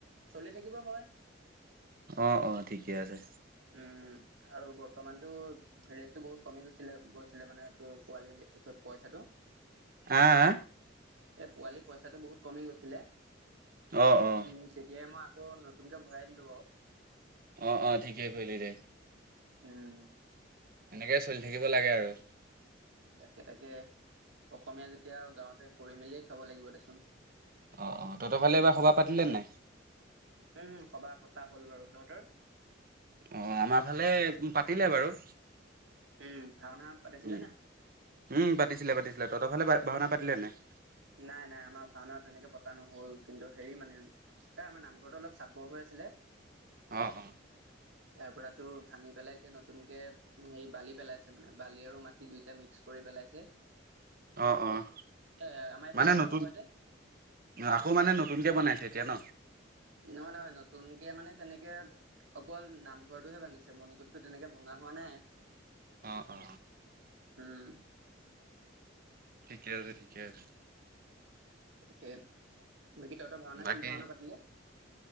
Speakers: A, on the right; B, on the right.
A: চলি থাকিব হয়।
B: অঁ অঁ' ঠিকে আছে।
A: উম' আৰু বৰ্তমানটো- ৰেটটো বহুত কমি গৈছিলে গৈছিলে মানে এইটো পোৱালিৰ এটো পইচাটো।
B: আঁ আঁ।
A: এই পোৱালি পইচাটো বহুত কমি গৈছিলে।
B: অ অ
A: উম' তেতিয়াই মই- কৌ নতুনকে ভৰাই দিলোঁ বাউ।
B: অঁ অঁ ঠিকেই কৈলি দে।
A: উম'
B: এনেকে চলি থাকিব লাগে আৰু।
A: তাকে তাকে, অসমীয়া যেতিয়া আও গাঁৱতে কৰি মেলিয়ে খাব লাগিব দেচোন।
B: অঁ অঁ তহঁতৰ ফালে এইবাৰ সবাহ পাতিলেনে নাই।
A: উম' সবাহ পতা হ'ল বাৰু তহঁতৰ।
B: অঁ আমাৰ ফালে পাতিলে বাৰু।
A: উম' ভাওনা পাতিছিলে
B: উম
A: না।
B: উম' পাতিছিলে পাতিছিলে। তহতৰফালে ভাওনা পাতিলে নে নাই?
A: নাই নাই আমাৰ ভাওনা তেনেকে পতা নহ'ল, কিন্তু হেৰি মানে- এ আমাৰ নামঘৰটো অলপ চাপৰ হৈ আছিলে-
B: অঁ অঁ'
A: তাৰ পৰাতো ভাঙি পেলাই এতিয়া নতুনকে- উম' এই বালি পেলাইছে মানে, বালি আৰু মাটি দুইটা মিক্স কৰি পেলাইছে।
B: অঁ অঁ
A: এ আমাৰ এইফালে
B: মানে
A: পানী
B: নতুন-
A: হয় যে
B: আকৌ মানে নতুনকে বনাইছে এতিয়া ন
A: নহয় নহয় নতুনকে মানে তেনেকে অকল নামঘৰটোহে ভাঙিছে মণিকুটতো তেনেকে ভঙা হোৱা নাই
B: অ অ
A: উম
B: ঠিকে আছে ঠিকে আছে
A: তাকে বাকী তহঁতৰ ভাওনা
B: বাকী
A: কি ভাওনা পাতিলে